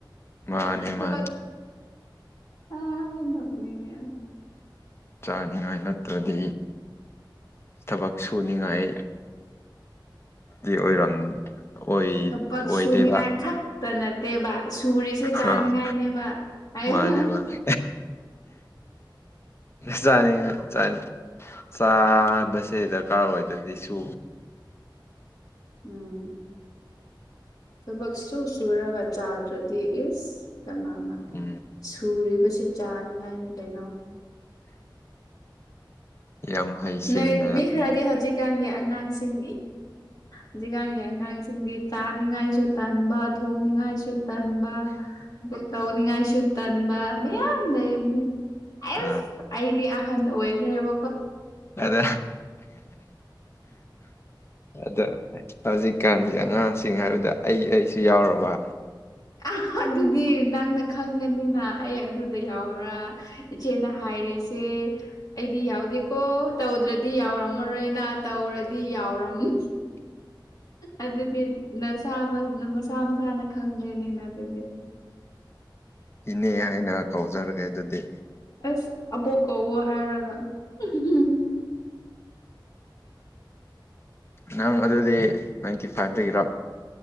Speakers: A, on the left; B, on the left.
A: ꯃꯥꯅꯦ
B: ꯊꯕꯛ
A: ꯃꯥꯅꯦ
B: ꯑꯅꯤꯡꯉ
A: ꯆꯥꯅꯤꯡꯉꯥꯏ ꯅꯠꯇ꯭ꯔꯗꯤ ꯊꯕꯛ ꯁꯨꯅꯤꯡꯉꯥꯏ ꯒꯤ ꯑꯣꯏꯔꯝ ꯑꯣꯏ
B: ꯊꯕꯛ
A: ꯑꯣꯏꯗꯦꯕ
B: ꯁꯨꯅꯤꯡꯉꯥꯏ ꯈꯛꯇ ꯅꯠꯇꯦꯕ ꯁꯨꯔꯤꯁꯦ ꯆꯥꯅꯤꯡꯉꯥꯏꯅꯦꯕ
A: ꯑꯥ
B: ꯍꯥꯏꯕ
A: ꯃꯥꯅꯦ ꯃꯥꯅꯦ ꯆꯅꯤ ꯆꯅꯤ ꯆꯥꯕꯁꯦ ꯗꯔꯀꯥꯔ ꯑꯣꯏꯗꯗꯤ ꯁꯨ
B: ꯎꯝ ꯊꯕꯛ ꯁꯨ ꯁꯨꯔꯒ ꯆꯥꯗ꯭ꯔꯗꯤ ꯏꯁ ꯀꯅꯥꯅ
A: ꯎꯝ
B: ꯊꯨꯔꯤꯕꯁꯤ ꯆꯥꯅꯤꯉꯥꯏꯅꯤ ꯀꯩꯅꯣ
A: ꯌꯥꯝ ꯍꯩꯁꯤꯡꯅ
B: ꯅ ꯃꯤ ꯈꯔꯗꯤ ꯍꯥꯖꯤꯛ ꯍꯧꯖꯤꯛꯀꯥꯟꯒꯤ ꯑꯉꯥꯡꯁꯤꯡ ꯍꯧꯖꯤꯛꯀꯥꯟꯒꯤ ꯑꯉꯥꯡꯁꯤꯡꯗꯤ ꯆꯥꯅꯤꯡꯉꯥꯏꯁꯨ ꯇꯥꯟꯕ ꯊꯣꯛꯅꯤꯡꯉꯥꯏꯁꯤ ꯇꯟꯕ ꯑ ꯇꯧꯅꯤꯡꯉꯥꯏꯁꯨ ꯇꯟꯕ ꯃꯌꯥꯝ ꯂꯩꯕꯅꯦ ꯑꯦꯁ
A: ꯑꯥ
B: ꯑꯩꯗꯤ ꯑꯍꯟ ꯑꯣꯏꯈ꯭ꯔꯦꯕ
A: ꯑꯗ ꯑꯗ ꯍꯧꯖꯤꯛ ꯍꯧꯖꯤꯀꯥꯟꯒꯤ ꯑꯉꯥꯡꯁꯤꯡ ꯍꯥꯏꯕꯗ ꯑꯩ ꯑꯩꯁꯨ ꯌꯥꯎꯔꯕ
B: ꯑ ꯑꯗꯨꯗꯤ ꯅꯪꯅ ꯈꯪꯒꯅꯤꯅ ꯑꯩ ꯑꯗꯨꯗ ꯌꯥꯎꯔꯥ ꯏꯆꯦꯅ ꯍꯥꯏꯔꯤꯁꯦ ꯁꯦ ꯑꯩꯗꯤ ꯌꯥꯎꯗꯦꯀꯣ ꯇꯧꯗ꯭ꯔꯗꯤ ꯌꯥꯎꯔꯝꯃꯔꯣꯏꯅ ꯇꯧꯔꯗꯤ ꯌꯥꯎꯔꯝꯃꯅꯤ ꯑꯗꯨꯗꯤ ꯅꯁꯥ ꯃꯁꯥ ꯃꯁꯥꯅ ꯈꯪꯗꯦꯅꯤꯅ ꯑꯗꯨꯗꯤ
A: ꯏꯅꯦ ꯍꯥꯏꯅ ꯀꯧꯖꯔꯒꯦ ꯑꯗꯨꯗꯤ
B: ꯑꯁ ꯑꯕꯣꯛ ꯀꯧꯋ ꯍꯥꯏꯔꯒ ꯎꯝ
A: ꯅꯪ ꯑꯗꯨꯗꯤ ꯅꯥꯏꯟꯇꯤ ꯐꯥꯏꯚꯇꯒꯤꯔꯣ